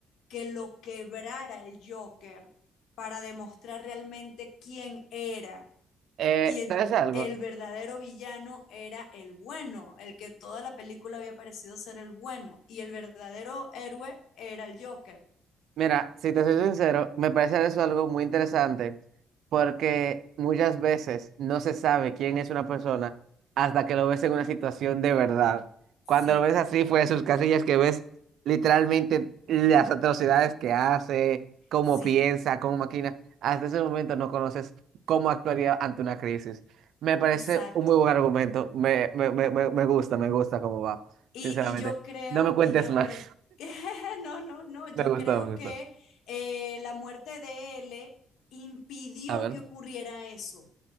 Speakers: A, on the left; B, on the right.
A: que lo quebrara el Joker para demostrar realmente quién era
B: Eh,
A: y el,
B: ¿sabes algo?
A: el verdadero villano era el bueno, el que toda la película había parecido ser el bueno, y el verdadero héroe era el Joker.
B: Mira, si te soy sincero, me parece eso algo muy interesante, porque muchas veces no se sabe quién es una persona hasta que lo ves en una situación de verdad.
A: Sí,
B: Cuando lo ves así fuera de sus casillas, que ves literalmente las atrocidades que hace, cómo
A: sí,
B: piensa, cómo maquina, hasta ese momento no conoces cómo actuaría ante una crisis. Me parece
A: exacto.
B: un muy buen argumento, me, me, me, me me gusta, me gusta cómo va,
A: Y,
B: sinceramente.
A: y yo creo,
B: No me cuentes
A: y yo
B: más,
A: creo que, <laughs> no, no, no,
B: <laughs>
A: yo
B: me gustó,
A: creo
B: me
A: que
B: gustó.
A: eh, la muerte de L impidió
B: A ver.
A: que ocurriera eso.